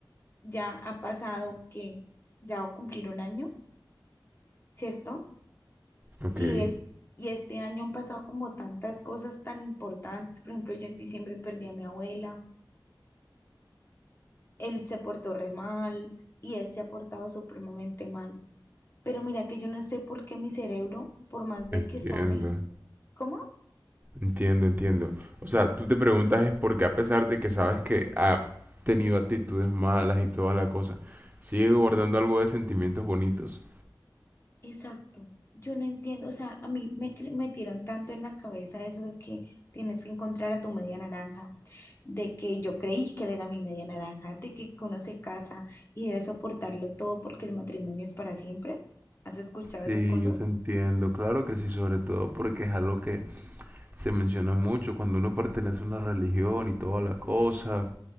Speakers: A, on the left; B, on the right.
A: ya ha pasado que ya va a cumplir un año ¿cierto?
B: Ok,
A: Y es, y este año han pasado como tantas cosas tan importantes. Por ejemplo, yo en diciembre perdí a mi abuela, él se portó re mal y él se ha portado supremamente mal. Pero mira que yo no sé por qué mi cerebro, por más de
B: entiendo.
A: que sabe, ¿cómo?
B: Entiendo, entiendo. O sea, tú te preguntas es por qué a pesar de que sabes que ha tenido actitudes malas y toda la cosa, sigue guardando algo de sentimientos bonitos.
A: Exacto. Yo no entiendo, o sea, a mí me cre- metieron tanto en la cabeza eso de que tienes que encontrar a tu media naranja, de que yo creí que él era mi media naranja, de que uno se casa y debe soportarlo todo porque el matrimonio es para siempre. ¿Has escuchado esas
B: Sí,
A: cosas?
B: yo te entiendo, claro que sí, sobre todo porque es algo que se menciona mucho cuando uno pertenece a una religión y toda la cosa,